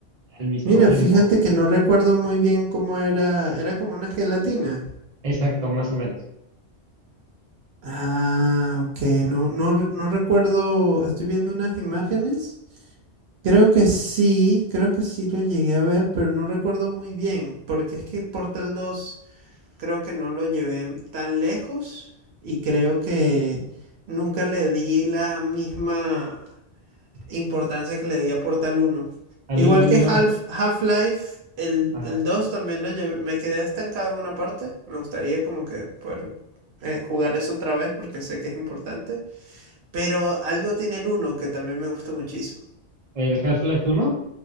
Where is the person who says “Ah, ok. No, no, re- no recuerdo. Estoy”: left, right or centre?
Right